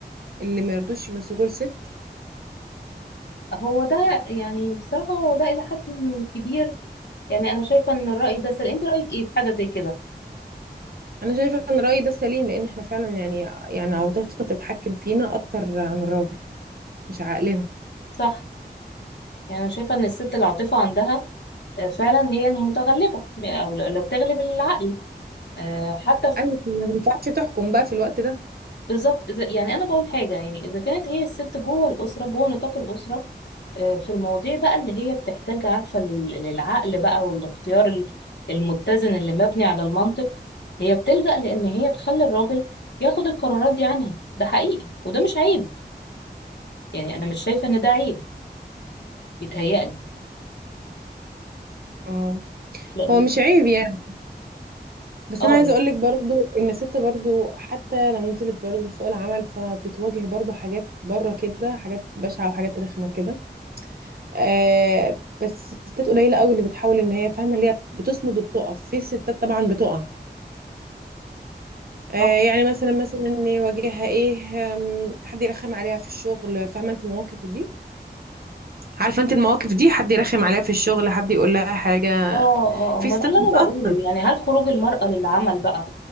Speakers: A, on the right; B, on the left.
A: اللي مرضوش يمسكوه لست
B: هو ده يعني بصراحة هو ده إلى حد كبير يعني أنا شايفة إن الرأي ده سل... أنت رأيك إيه في حاجة زي كده؟
A: انا شايفه ان الراي ده سليم لان احنا فعلا يعني يعني عواطفنا بتتحكم فينا اكتر عن الراجل مش عقلنا
B: صح يعني أنا شايفة إن الست العاطفة عندها آه، فعلا هي المتغلبة يعني أو لو بتغلب العقل آه، حتى
A: ايوه ما ينفعش تحكم بقى في الوقت ده
B: بالظبط إذا يعني انا بقول حاجه يعني اذا كانت هي الست جوه الاسره جوه نطاق الاسره آه، في المواضيع بقى اللي هي بتحتاج عارفه لل- للعقل بقى والاختيار ال- المتزن اللي مبني على المنطق هي بتلجأ لان هي تخلي الراجل ياخد القرارات دي عنها ده حقيقي وده مش عيب يعني انا مش شايفه ان ده عيب بيتهيألي
A: اه
B: لان
A: هو مش عيب يعني بس
B: اه
A: انا
B: اه
A: عايزه اقول لك برضو ان الست برضو حتى لو نزلت برضو لسوق العمل فبتواجه برضو حاجات بره كده حاجات بشعه وحاجات رخمه كده آه بس الستات قليله قوي اللي بتحاول ان هي فاهمه اللي هي بتصمد وبتقف في ستات طبعا بتقع آه
B: اه
A: يعني مثلا مثلا إن يواجهها ايه آم، حد يرخم عليها في الشغل فاهمه انت المواقف دي عارفه انت المواقف دي حد يرخم عليها في الشغل حد يقول لها حاجه
B: اه آه،
A: في
B: ما
A: ستات
B: ده اللي
A: بتأثر
B: انا بقوله يعني هل خروج المرأة للعمل بقى